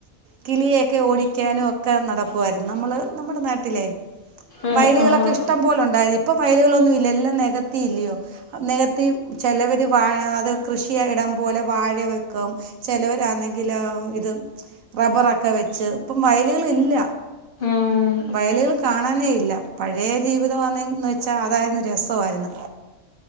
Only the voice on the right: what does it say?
കിളയൊക്കെ ഓടിക്കാനും ഒക്കെ നടക്കുവായിരുന്നു നമ്മള് നമ്മുടെ നാട്ടിലെ.
വയലുകളൊക്കെ
ഇഷ്ടം പോല ഉണ്ടായത് ഇപ്പൊ വയലുകളൊന്നും ഇല്ല എല്ലാം നികത്തി ഇല്ലയോ നികത്തി ചിലവർ വഅത കൃഷിയായിടാം. പോലെ വാഴ വെക്കാം ചിലരാണെങ്കിൽ ഇത്. റബ്ബറൊക്കെ വെച്ച് ഇപ്പം വയലുകളില്ല.
വയലുകള് കാണാനേ ഇല്ല പഴേ ജീവിതംമാന്നന്ന് വെച്ചാ അതായിരുന്നു രസവായിരുന്നു.